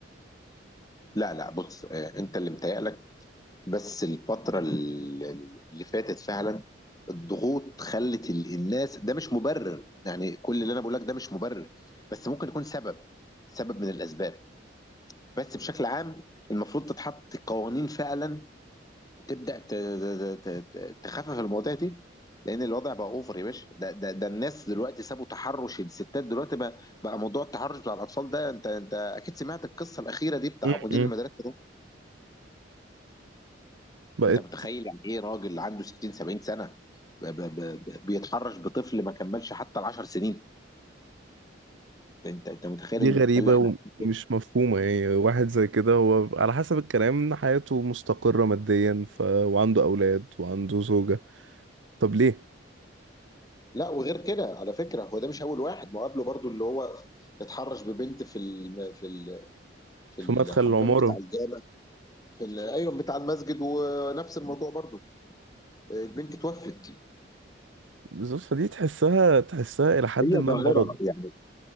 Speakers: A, on the left; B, on the right.
A: لا لا بص آه، انت اللي متهيألك بس الفترة ال- اللي فاتت فعلا الضغوط خلت ال- الناس ده مش مبرر يعني كل اللي انا بقول لك ده مش مبرر بس ممكن يكون سبب سبب من الاسباب بس بشكل عام المفروض تتحط قوانين فعلا تبدأ ت- ت- ت- تخفف المواضيع دي لان الوضع بقى اوفر يا باشا ده, ده, ده الناس دلوقتي سابوا تحرش الستات دلوقتي بقى, بقى موضوع التحرش بتاع الاطفال ده انت انت اكيد سمعت القصة الأخيرة دي بتاع
B: م-م.
A: مدير المدرسة
B: بقت
A: انت متخيل يعني ايه راجل عنده 60 70 سنه ب- ب- ب- بيتحرش بطفل ما كملش حتى ال 10 سنين انت انت انت متخيل
B: دي
A: المأساة
B: غريبة
A: اللي احنا عايشين فيها؟
B: ومش مفهومة يعني واحد زي كده هو على حسب الكلام إن حياته مستقرة ماديا ف... وعنده أولاد وعنده زوجة طب ليه؟
A: لا وغير كده على فكره هو ده مش اول واحد ما هو قبله برضو اللي هو اتحرش ببنت في ال في ال في
B: في
A: الحمام
B: مدخل العمارة
A: بتاع الجامع في ال- ايوه بتاع المسجد ونفس الموضوع برضو البنت توفت
B: بالظبط فدي تحسها تحسها إلى حد
A: هي
B: ما
A: ظاهره
B: مرض
A: يعني